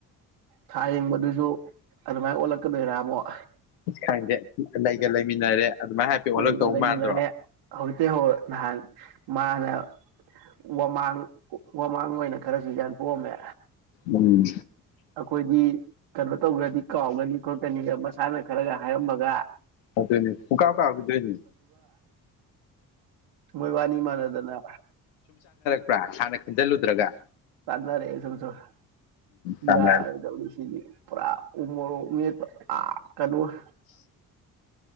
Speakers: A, on the right; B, on the left.
A: ꯊꯥ ꯌꯦꯡꯕꯗꯨꯁꯨ ꯑꯗꯨꯃꯥꯏꯅ ꯑꯣꯜꯂꯛꯀꯗꯣꯏꯔꯥ ꯑꯃꯨꯛ
B: ꯈꯪꯗꯦ ꯂꯩꯒ ꯂꯩꯃꯤꯟꯅꯔꯦ ꯑꯗꯨꯃꯥꯏꯅ ꯍꯥꯏꯐꯦꯠ ꯑꯣꯜꯂꯛꯇꯧ
A: ꯂꯩꯒ ꯂꯩꯃꯤꯟꯔꯦ
B: ꯃꯥꯟꯗ꯭ꯔꯣ
A: ꯍꯧꯖꯤꯛꯇꯩ ꯍꯩꯔ ꯅꯍꯥꯟ ꯃꯥꯅ ꯋꯥꯃꯥꯡ ꯋꯥꯃꯥꯡ ꯑꯣꯏꯅ ꯈꯔꯁꯨ ꯌꯥꯟꯊꯣꯛ ꯑꯝꯃꯦ
B: ꯎꯝ
A: ꯑꯈꯣꯏꯗꯤ ꯀꯩꯅꯣ ꯇꯧꯒ꯭ꯔꯗꯤ ꯀꯥꯎꯒꯅꯤ ꯈꯣꯠꯀꯅꯤꯒ ꯃꯁꯥꯅ ꯈꯔꯒ ꯍꯥꯏꯔꯝꯃꯒ
B: ꯑꯗꯨꯅꯤ ꯄꯨꯡ ꯀꯥꯥꯎ ꯀꯥꯎꯒꯤꯗꯣꯏꯅꯤ
A: ꯃꯣꯏꯕꯥꯅꯤ ꯃꯥꯟꯅꯗꯅ
B: ꯄꯔ ꯍꯥꯟꯅ ꯈꯟꯖꯜꯂꯨꯗ꯭ꯔꯒ
A: ꯆꯥꯟꯅꯔꯛꯑꯦ ꯁꯨꯝ ꯁꯨꯝ
B: ꯆꯥꯟꯅꯔꯛ
A: ꯌꯥꯔꫭꯏꯗꯧꯔꯤꯁꯤꯗꯤ ꯄꯨꯔꯥ ꯎꯃꯔꯣꯛ ꯃꯦꯠ ꯑ ꯀꯅꫭ